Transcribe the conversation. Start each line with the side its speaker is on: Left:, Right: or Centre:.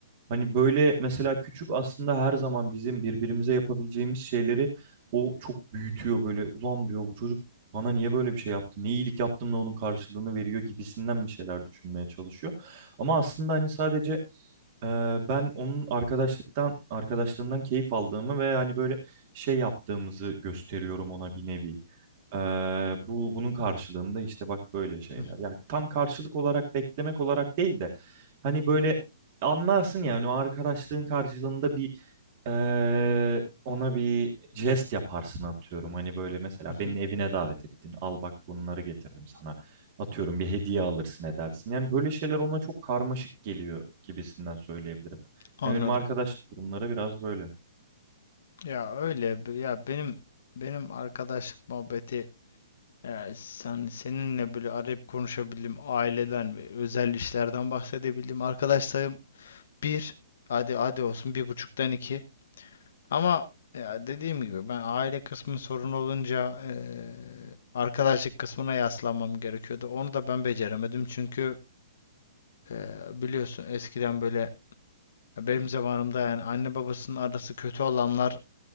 Right: hani böyle mesela küçük aslında her zaman bizim birbirimize yapabileceğimiz şeyleri o çok büyütüyor böyle. Ulan diyor bu çocuk bana niye böyle bir şey yaptı? Ne iyilik yaptım da onun karşılığını veriyor gibisinden bir şeyler düşünmeye çalışıyor. Ama aslında hani sadece ee, Ben onun arkadaşlıktan arkadaşlığından keyif aldığımı ve hani böyle şey yaptığımızı gösteriyorum ona bir nevi. Ee, bu bunun karşılığında işte bak böyle şeyler.
Left: Hı hı,
Right: Yani tam karşılık olarak beklemek olarak değil de hani böyle anlarsın yani o arkadaşlığın karşılığında bir ee, ona bir jest yaparsın atıyorum. Hani böyle mesela
Left: hı
Right: beni
Left: hı.
Right: evine davet ettin. Al bak bunları getirdim sana. Atıyorum bir hediye alırsın edersin. Yani böyle şeyler ona çok karmaşık geliyor gibisinden söyleyebilirim.
Left: Anladım.
Right: Ve Benim arkadaşlık durumları biraz böyle.
Left: Ya öyle bi- ya benim benim arkadaşlık muhabbeti Yani sen seninle böyle arayıp konuşabildim aileden ve özel işlerden bahsedebildim. Arkadaş sayım bir. Hadi hadi olsun bir buçuktan iki. Ama ya dediğim gibi ben aile kısmı sorun olunca eee, arkadaşlık kısmına yaslanmam gerekiyordu. Onu da ben beceremedim çünkü eee, biliyorsun eskiden böyle benim zamanımda yani anne babasının arası kötü olanlar